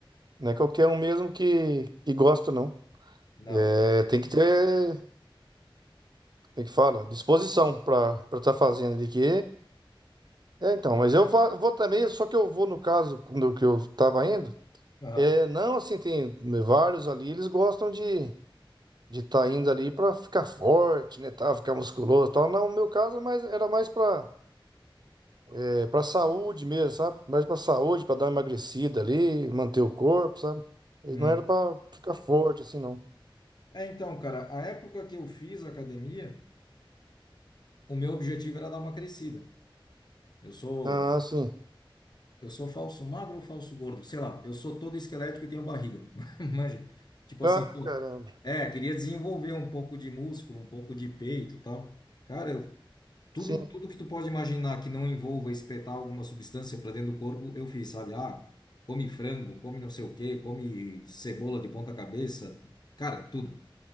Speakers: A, on the right; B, on the left.
A: Não é qualquer um mesmo que, que gosta, não.
B: na
A: É,
B: hora.
A: tem que ter, como é que fala? Disposição pra estar fazendo ali, que É, então, mas eu va- vou, também, só que eu vou no caso do que eu tava indo.
B: Aham.
A: É, não, assim, tem vários ali, eles gostam de de tá indo ali para ficar forte, né, tá, ficar musculoso, e tal. Não, no meu caso, mas era mais para é, para saúde mesmo, sabe? Mais para saúde, para dar uma emagrecida ali, manter o corpo, sabe? E
B: Uhum.
A: Não era para ficar forte assim, não.
B: É, então, cara, a época que eu fiz academia, o meu objetivo era dar uma crescida. Eu sou,
A: Ah, sim.
B: eu sou falso magro ou falso gordo, sei lá, eu sou todo esquelético e tenho barriga. <laughs> Manja, tipo
A: Ah,
B: assim, pô,
A: caramba.
B: é, queria desenvolver um pouco de músculo, um pouco de peito, e tal. Cara, eu Tudo,
A: Sim,
B: tudo que tu pode imaginar que não envolva espetar alguma substância para dentro do corpo, eu fiz, sabe? Ah, come frango, come não sei o quê, come cebola de ponta cabeça, cara, tudo.